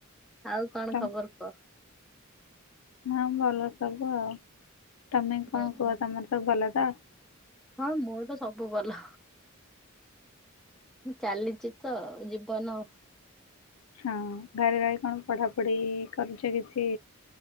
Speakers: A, in the centre; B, on the left (about 80°).
A: ଆଉ କଣ
B: ତ
A: ଖବର କୁହ?
B: ହଁ ଭଲ ସବୁ ଆଉ ତମେ କଣ
A: ହୁଁ
B: କୁହ ତମର ସବୁ ଭଲ ତ?
A: ହଁ ମୋର ତ ସବୁ ଭଲ। ଚାଲିଚି ତ ଜୀବନ।
B: ହଁ ଘରେ ରହି କଣ ପଢ଼ାପଢ଼ି କରୁଚ କିଛି?